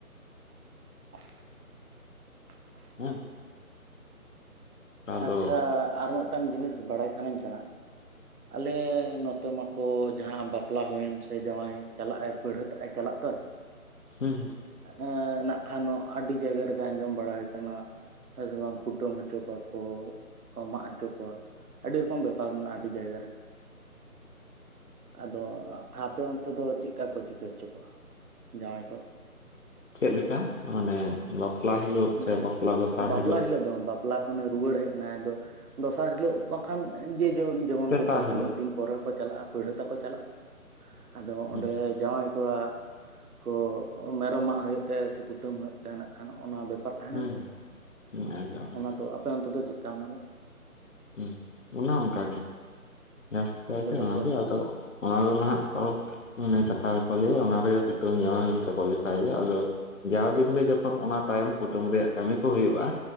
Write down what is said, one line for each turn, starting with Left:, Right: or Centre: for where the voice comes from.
Right: <unintelligible>
Left: ᱦᱩᱸ ᱫᱚ
Right: ᱟᱪᱪᱷᱟ ᱟᱨ ᱢᱤᱫᱴᱟᱝ ᱡᱤᱱᱤᱥ ᱵᱟᱲᱟᱭ ᱥᱟᱱᱟᱧ ᱠᱟᱱᱟ ᱟᱞᱮ ᱱᱚᱛᱮ ᱢᱟᱠᱚ ᱡᱟᱦᱟᱸ ᱵᱟᱯᱞᱟ ᱦᱩᱭᱮᱱ ᱥᱮ ᱡᱟᱶᱟᱭ ᱪᱟᱞᱟᱜ ᱟᱭ ᱯᱟᱹᱲᱦᱟᱹᱛᱟᱜ ᱮ ᱪᱟᱞᱟᱜ ᱫᱚᱭ
Left: ᱦᱩᱸ
Right: ᱮ ᱱᱟᱜ ᱠᱷᱟᱱ ᱱᱚ ᱟᱹᱰᱤ ᱡᱟᱭᱜᱟ ᱨᱮᱜᱮ ᱟᱸᱡᱚᱢ ᱵᱟᱲᱟ ᱦᱩᱭ ᱠᱟᱱᱟ ᱦᱮ ᱥᱮ ᱵᱟᱝ ᱠᱩᱴᱟᱹᱢ ᱦᱚᱪᱚ ᱠᱚᱣᱟ ᱠᱚ ᱢᱟᱜ ᱦᱚᱪᱚ ᱠᱚᱣᱟ ᱟᱹᱰᱤ ᱨᱚᱠᱚᱢ ᱵᱮᱯᱟᱨ ᱢᱮᱱᱟᱜ-ᱟ ᱟᱹᱰᱤ ᱡᱟᱭᱜᱟ ᱨᱮ ᱟᱫᱚ ᱟᱯᱮ ᱚᱱᱛᱮ ᱫᱚ ᱪᱮᱫ ᱞᱮᱠᱟ ᱠᱚ ᱪᱤᱠᱟᱹ ᱦᱚᱪᱚ ᱠᱚᱣᱟ ᱡᱟᱶᱟᱭ ᱠᱚ?
Left: ᱪᱮᱫ ᱞᱮᱠᱟ ᱢᱟᱱᱮ ᱵᱟᱯᱞᱟ ᱦᱤᱞᱳᱜ
Right: ᱚᱱᱟ
Left: ᱥᱮ ᱵᱟᱯᱞᱟ ᱫᱚᱥᱟᱨ
Right: ᱵᱟᱯᱞᱟ
Left: ᱦᱤᱞᱳᱜ?
Right: ᱫᱚ <unintelligible> ᱵᱟᱯᱞᱟ ᱠᱷᱚᱱᱮ ᱨᱩᱣᱟᱹᱲ ᱦᱮᱡ ᱮᱱᱟ ᱫᱚ ᱫᱚᱥᱟᱨ ᱦᱤᱞᱳᱜ ᱵᱟᱝᱠᱷᱟᱱ ᱡᱮ ᱡᱮᱢᱚᱱ
Left: ᱛᱮᱥᱟᱨ
Right: ᱠᱚ ᱪᱟᱞᱟᱜᱼᱟ
Left: ᱦᱤᱞᱳᱜ
Right: ᱢᱤᱫ ᱫᱤᱱ ᱯᱚᱨᱮ ᱦᱚᱠᱚ ᱪᱟᱞᱟᱜᱼᱟ ᱯᱟᱲᱦᱟᱹ ᱛᱟᱠᱚ ᱪᱟᱞᱟᱜᱼᱟ ᱟᱫᱚ
Left: ᱦᱩᱸ
Right: ᱚᱸᱰᱮᱼᱼᱼ ᱡᱟᱶᱟᱭ ᱠᱚᱲᱟ ᱠᱚ ᱢᱮᱨᱚᱢ ᱢᱟᱜᱽ ᱦᱳᱭᱳᱜ ᱛᱟᱭᱟ ᱥᱮ ᱠᱩᱴᱟᱹᱢ ᱦᱳᱭᱳᱜ ᱛᱟᱭᱟ ᱱᱟᱜ ᱠᱷᱟᱱ ᱦᱚᱜ-ᱱᱟ ᱵᱮ ᱵᱮᱯᱟᱨ ᱛᱟᱦᱮᱱᱟ
Left: ᱦᱩᱸ
Right: ᱥᱮ
Left: ᱦᱩᱸ ᱮᱠᱫᱚᱢ
Right: ᱚᱱᱟ
Left: ᱮᱠᱫᱚᱢ
Right: ᱫᱚ ᱟᱯᱮ ᱚᱱᱛᱮ ᱫᱚ ᱪᱮᱫᱮ ᱚᱱᱟ ᱫᱚ?
Left: ᱦᱩᱸ ᱚᱱᱟ ᱚᱱᱠᱟ ᱦᱚᱸ ᱚᱱᱠᱟ ᱜᱮ᱾ ᱡᱟᱹᱥᱛᱤ ᱠᱟᱭᱛᱮ
Right: ᱟᱯᱮ ᱫᱚᱠᱚ
Left: ᱚᱱᱟᱜᱮ ᱟᱫᱚ ᱚᱱᱟᱫᱚ ᱱᱟᱦᱟᱜᱼᱼᱼᱼ ᱤᱱᱟᱹ ᱠᱟᱛᱷᱟ ᱜᱮᱠᱚ ᱞᱟᱹᱭᱟ ᱚᱱᱟ ᱨᱮᱜᱮ ᱠᱩᱴᱟᱹᱢ ᱡᱟᱶᱟᱭ ᱢᱮᱱᱛᱮᱠᱚ ᱞᱮᱠᱟᱭ ᱜᱮᱭᱟ ᱟᱫᱚᱼᱼᱼᱼᱼ ᱡᱟᱣ ᱫᱤᱱ ᱜᱮ ᱡᱚᱠᱷᱚᱱ ᱚᱱᱟ ᱛᱟᱭᱚᱢ ᱠᱩᱴᱟᱹᱢ ᱨᱮᱭᱟᱜ ᱠᱟᱹᱢᱤ ᱠᱚ ᱦᱳᱭᱳᱜᱼᱟ᱾